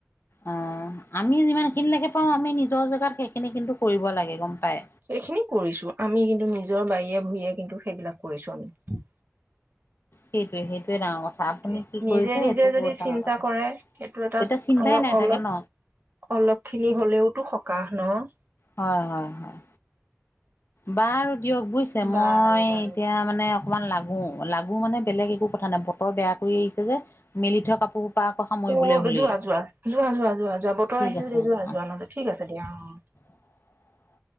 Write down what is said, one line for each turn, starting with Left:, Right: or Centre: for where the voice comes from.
Left: অ', আমি যিমান খিনিলৈকে পাও আমি নিজৰ জেগাত সেইখিনি কিন্তু কৰিব লাগে গম পায়।
Right: সেইখিনি কৰিছো, আমি কিন্তু নিজৰ বাৰীয়ে ভূঞয়ে কিন্তু সেইবিলাক কৰিছো আমি।
Left: সেইটোৱে, সেইটোৱে। ডাঙৰ কথা
Right: সেইটোৱে
Left: আপুনি কি
Right: নিজে
Left: কৰিছে
Right: নিজে
Left: সেইটো
Right: যদি
Left: বহুত ডাঙৰ
Right: চিন্তা
Left: কথা।
Right: কৰে সেইটো এটাত
Left: তেতিয়া চিন্তাই
Right: অলপ
Left: নাই
Right: অলপ
Left: থাকে ন
Right: অলপ খিনি হলেওতো সকাহ ন'?
Left: হয় হয় হয়। বাৰু দিয়ক বুইছে মই
Right: বাৰু বাৰু
Left: এতিয়া মানে অক অকমান লাগো লাগো মানে বেলেগ একো কথা নাই বতৰ বেয়া কৰি আহিছে যে মেলি থোৱা কাপোৰ আকৌ সামৰিবলৈ
Right: অ',
Left: হ'লেই
Right: যোৱা যোৱা যোৱা যোৱা যোৱা যোৱা বতৰ
Left: ঠিক
Right: আহিছিল
Left: আছে
Right: দে যোৱা
Left: অ'।
Right: যোৱা নায ঠিক আছে দিয়া অ'।
Left: <inaudible>